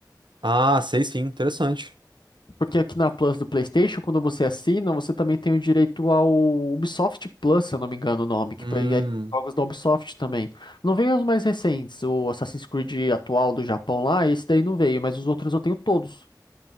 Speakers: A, on the right; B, on the left.
A: Ah, sei sim, interessante.
B: Porque aqui na Plus do PlayStation, quando você assina, você também tem o direito ao Ubisoft Plus, se eu não me engano o nome, que
A: Hum.
B: aí Hum. tem jogos da Ubisoft também. Não veio os mais recentes, o Assassin's Creed atual do Japão lá, esse daí não veio, mas os outros eu tenho todos.